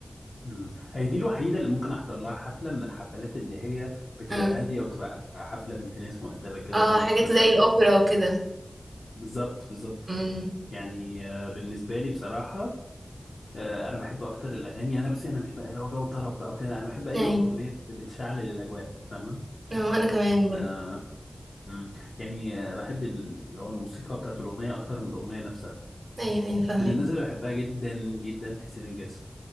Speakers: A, on the left; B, on the right.
A: مم. هي دي الوحيده اللي ممكن احضر لها حفله من الحفلات اللي هي بتبقى
B: اه
A: هاديه وتبقى حفله بنت ناس مؤدبه كده
B: آه،
A: ونقعد
B: حاجات
A: في
B: زي الاوبرا وكده
A: بالظبط بالظبط
B: امم
A: يعني آه، بالنسبه لي بصراحه آه، انا بحب اكتر الاغاني انا بصي انا مش بقى لو جو طرب بقى وكده لا انا بحب اي
B: يعني
A: اغنيه بت- بتشعل الاجواء فاهمه
B: آه، انا كمان برضه
A: آه مم. يعني آه، بحب ال- اللي هو الموسيقى بتاعت الاغنيه اكتر من الاغنيه نفسها
B: ايوه ايوه فاهمك
A: من الناس اللي بحبها جدا جدا حسين الجسمي